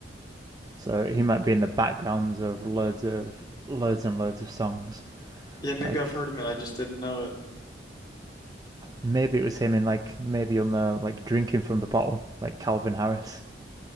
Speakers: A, on the right; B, on the left.
A: so he might be in the backgrounds of loads of loads and loads of songs.
B: Yeah, maybe
A: Like
B: I've heard of it. I just didn't know it.
A: Maybe it was him in like maybe on the like drinking from the bottle, like Calvin Harris.